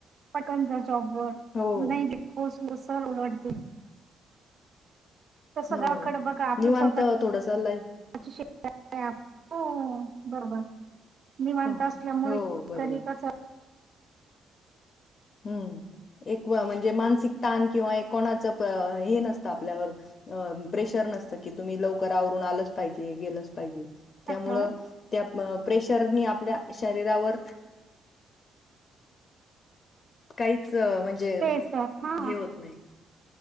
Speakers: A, on the right; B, on the left.
A: पटन जा स्टॉप वर
B: हो.
A: नाही खोस सर ओरडतील. तस
B: हो.
A: गावाकडे बघा आपली
B: निवांत
A: स्वतःची
B: थोडंसं लाईफ
A: शेती हो.. बरोबर. निवांत
B: हो,
A: असल्यामुळे
B: हो बरोबर.
A: तरी कस?
B: हम्म एक म्हणजे मानसिक ताण किंवा एक कोणाचं हे नसतं आपल्यावर. अ.. प्रेशर नसतं की.. तुम्ही लवकर आवरून आलंच पाहिजे. गेलंच पाहिजे. त्यामुळं
A: हॅलो
B: त्या प्रेशरनी आपल्या शरीरावर काहीच म्हणजे
A: तेच तर हा
B: हे होत नाही.